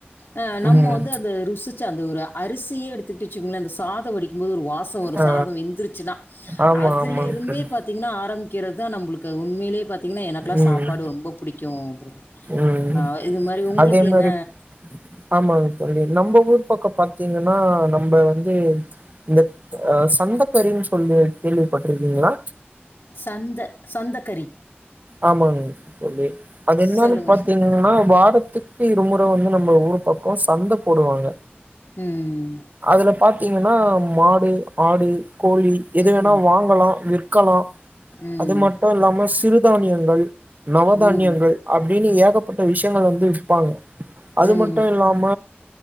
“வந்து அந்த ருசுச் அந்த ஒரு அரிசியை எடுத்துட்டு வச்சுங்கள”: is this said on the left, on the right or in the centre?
Left